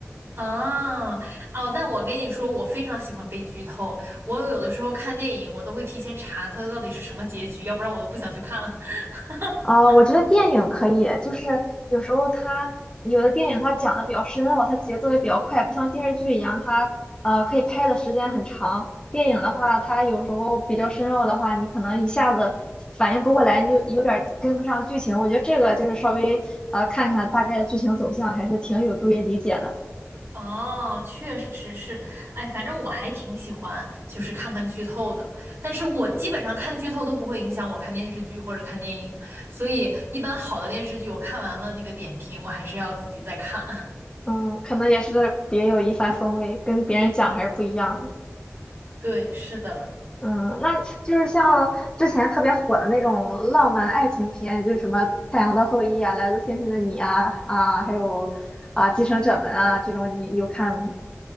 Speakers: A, on the right; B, on the left.
A: 啊哦，但我跟你说，我非常喜欢被剧透。我有的时候看电影，我都会提前查它到底是什么结局，要不然我都不想去看了。<laughs>
B: 啊，我觉得电影可以，就是有时候它有的电影它讲的比较深奥，它节奏也比较快，不像电视剧一样，它呃可以拍的时间很长。电影的话，它有时候比较深奥的话，你可能一下子反应不过来，你就有点儿跟不上剧情。我觉得这个就是稍微呃看看大概的剧情走向，还是挺有助于理解的。
A: 哦，确实是，哎，反正我还挺喜欢，就是看看剧透的。但是我基本上看剧透都不会影响我看电视剧或者看电影，所以一般好的电视剧我看完了那个点评，我还是要自己再看。
B: 嗯，可能也是别有一番风味，跟别人讲还是不一样的。
A: <laughs> 对，是的，
B: 嗯，那就是像之前特别火的那种浪漫爱情片，就是什么《太阳的后裔》啊，《来自星星的你》啊，啊，还有啊《继承者们》啊，这种你有看吗？